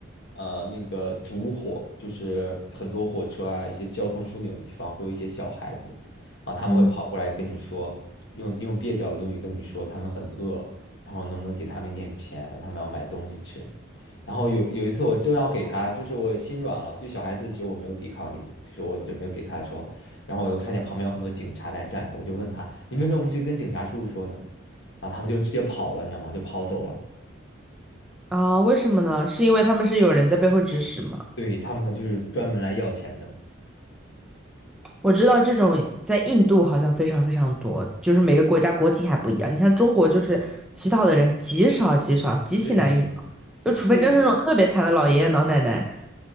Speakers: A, on the left (about 60°); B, in the centre.
A: 呃那个烛火，就是很多火车啊，一些交通枢纽地方会有一些小孩子，然后他们会跑过来跟你说，
B: 嗯
A: 用用蹩脚的英语跟你说他们很饿，然后能不能给他们一点钱，他们要买东西吃，然后有有一次我正要给他，就是我心软了，对小孩子其实我没有抵抗力的，就是我准备给他的时候，然后我又看见旁边有很多警察在站着，我就问他，你为什么不去跟警察叔叔说呢？然后他们就直接跑了，你知道吗？就跑走了。
B: 啊，为什么呢？是因为他们是有人在背后指使吗？
A: 对，他们可能就是专门来要钱的。
B: 我知道这种在印度好像非常非常多，就是每个国家国情还不一样。你像中国，就是乞讨的人极少极少，极其难遇到，
A: 对对对，
B: 就除非真是那种特别惨的老爷爷老奶奶，
A: 因为